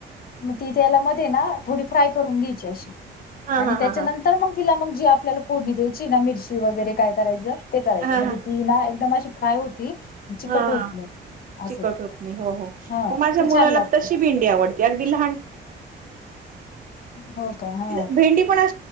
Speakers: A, on the left (about 50°); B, on the right (about 45°).
A: मग ती त्याला मध्ये ना थोडी फ्राय करून घ्यायची अशी
B: हा
A: आणि
B: हा
A: त्याच्यानंतर
B: हा हा हा
A: मग तिला मग जी आपल्याला फोडणी द्यायची ना मिरची वगैरे काय करायचं ते करायचं
B: हा
A: म्हणजे
B: हा
A: ती ना एकदम अशी काय होती. चिकट
B: हा
A: होत नाही असं
B: चिकट होत नाही हो हो
A: हा
B: मग माझ्या
A: ती
B: मुलाला
A: छान लागती
B: तशी भेडी ल
A: हो का हा
B: भ पण अ